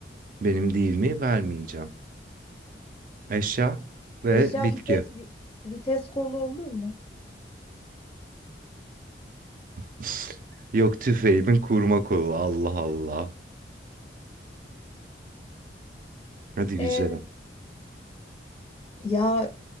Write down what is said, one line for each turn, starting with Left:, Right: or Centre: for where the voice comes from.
Right: Benim değil mi? Vermeyeceğim. Eşya ve
Left: eşya
Right: bitki.
Left: vites vi- vites kolu olur mu?
Right: <laughs> Yok tüfeğimin kurma kolu. Allah Allah. Hadi
Left: Ee,
Right: güzelim.
Left: ya